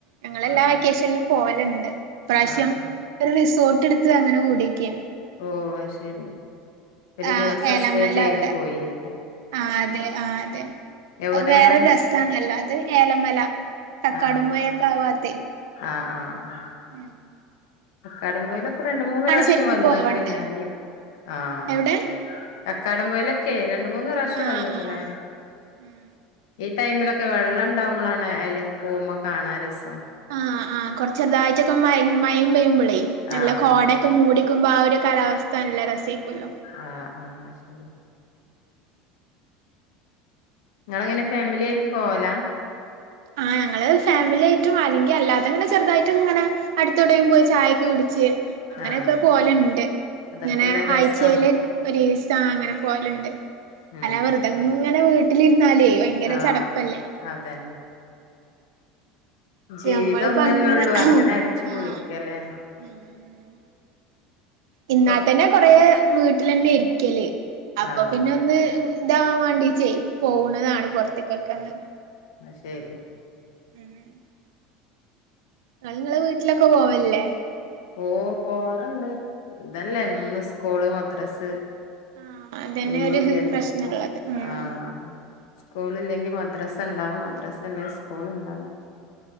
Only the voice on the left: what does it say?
ആഹ്
ആഹ് ആഹ്
ഓഹ് അഹ് ശരി ഒരു
ദിവസം
സ്റ്റേ ചെയ്തു
പോയിലേ?
എവിടെയാണ്
ആഹ്
ആഹ് ആഹ്
കക്കാടം പുഴയില് ഒക്കെ രണ്ട് മൂന്ന് പ്രാവിശ്യം
വന്ന്ക്ക്ണ്
ഞാന് ആഹ്
കക്കാടം പുഴയിലൊക്കെ രണ്ട് മൂന്ന് പ്രാവിശ്യം
വന്ന്ക്ക്ണ്
പറയ
ഈ ടൈമിലൊക്കെ വെള്ളം ഇണ്ടാവുമ്പളാണ് അതിലെ പോകുമ്പം കാണാൻ രസം
ആഹ്
ആഹ്
ആഹ് ആഹ് അഹ്ശരിയ ഇങ്ങളെങ്ങനെ ഫാമിലി ആയിട്ട് പോവല?
ആഹ്
അതൊക്കെല്ലേ
രസം
ഉം
ആഹ്
അതന്നെ
ജീവിതം
ഒന്നല്ലേ
ഒള്ളൂ അങ്ങനെ അടിച്ചു പൊളിക്കല്ലേ
കൊർ
ആഹ്
അഹ് ശരിയ
ഓഹ് പോവാറ് ണ്ട് ഇതല്ലേ എന്നും
സ്കൂള്, മദ്രസ്
ഒഴിവില്ലല്ലോ
ഓഹ്
ആഹ് സ്കൂള് ഇല്ലെങ്കി മദ്രാസ ഇണ്ടാവും മദ്രസ് അതല്ലേ സ്കൂള് ഇണ്ടാവും